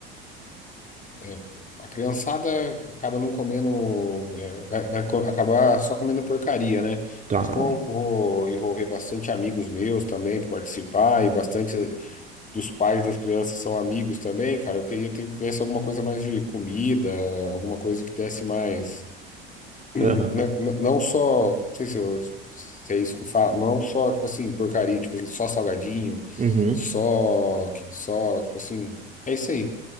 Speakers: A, on the left (about 25°); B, on the right (about 25°).
A: é, a criançada acaba não comendo, é, vai, vai co- acabar só comendo porcaria, né?
B: Tá.
A: Mas como eu vou envolver bastante amigos meus também para participar, e bastante dos pais das crianças são amigos também, cara, eu queria ter que tivesse alguma coisa mais de comida, alguma coisa que desse mais. <clears throat> Não,
B: Aham.
A: não não só, não sei se, eu, se é isso que fala, não só, tipo assim, porcaria, tipo assim, só salgadinho,
B: Uhum.
A: só, só, tipo assim, é isso aí.